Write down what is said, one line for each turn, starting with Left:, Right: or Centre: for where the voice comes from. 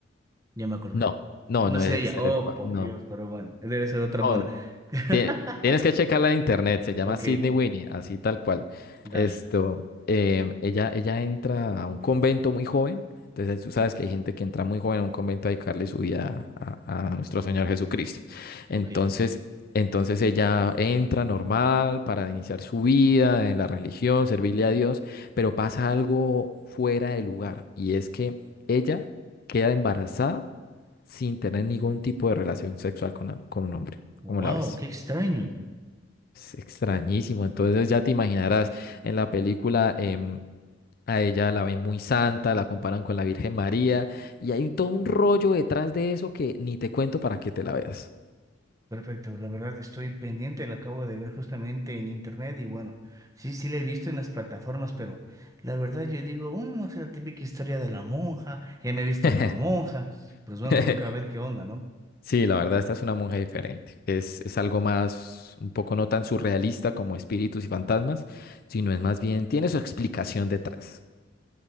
Right: Ya me acordé.
Left: No, no,
Right: No
Left: no
Right: es
Left: es
Right: ella.
Left: ex-
Right: Oh, por
Left: no,
Right: Dios, pero bueno, debe ser otra
Left: no,
Right: mona. <laughs>
Left: Tie- Tienes que checarla en internet, se llama
Right: Ok,
Left: Sydney Winnie, así tal cual.
Right: dale,
Left: Esto, em, ella, ella entra a un convento muy joven, entonces tú sabes que hay gente que entra muy joven a un convento a dedicarle su vida a, a nuestro Señor Jesucristo. Entonces,
Right: ok.
Left: entonces ella entra normal para iniciar su vida en la religión, servirle a Dios, pero pasa algo fuera de lugar y es que ella queda embarazada sin tener ningún tipo de relación sexual con, con un hombre,
Right: Wow,
Left: como la ves.
Right: qué extraño.
Left: Es extrañísimo. Entonces ya te imaginarás en la película em, a ella la ven muy santa, la comparan con la Virgen María y hay todo un rollo detrás de eso que ni te cuento para que te la veas.
Right: Perfecto, la verdad estoy pendiente, la acabo de ver justamente en internet y bueno, sí, sí la he visto en las plataformas, pero la verdad yo digo, "Mm, no sé, la típica historia de la monja, ya me he visto
Left: <laughs>
Right: la monja, pues bueno,
Left: <laughs>
Right: toca ver qué onda, ¿no?
Left: Sí, la verdad, esta es una monja diferente. Es, es algo más, un poco no tan surrealista como espíritus y fantasmas, sino es más bien, tiene su explicación detrás.